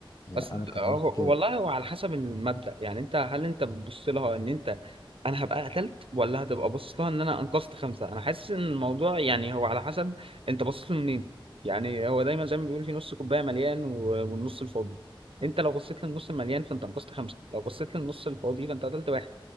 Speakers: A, on the left; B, on the right.
A: يعني
B: اصل
A: انا قررت
B: هو- هو-
A: كده
B: والله هو على حسب المبدأ يعني انت هل انت بتبص لها ان انت انا هبقى قتلت ولا هتبقى باصص لها ان انا انقذت خمسة انا حاسس ان الموضوع يعني هو على حسب انت باصص له منين يعني هو دايما زي ما بيقول في نص كوباية مليان و- والنص الفاضي انت لو بصيت للنص المليان فانت انقذت خمسة لو بصيت للنص الفاضي فانت قتلت واحد